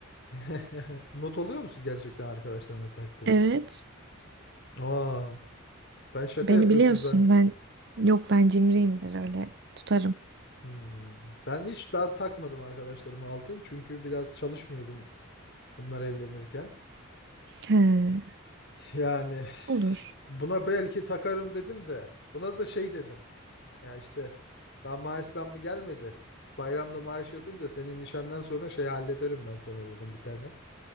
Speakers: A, on the left (about 55°); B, on the right (about 55°).
A: <laughs> Not oluyor musun gerçekten arkadaşlarına taktığını?
B: Evet.
A: Aa, ben şaka
B: Beni
A: yapıyorsun
B: biliyorsun
A: sen.
B: ben yok ben cimriyimdir öyle tutarım.
A: Hmm. Ben hiç daha takmadım arkadaşlarıma altın çünkü biraz çalışmıyordum bunlar evlenirken.
B: He,
A: Yani
B: olur.
A: buna belki takarım dedim de buna da şey dedim. Ya işte daha maaş zammı gelmedi. Bayramda maaş yatınca senin nişandan sonra şey hallederim ben sana dedim bir tane.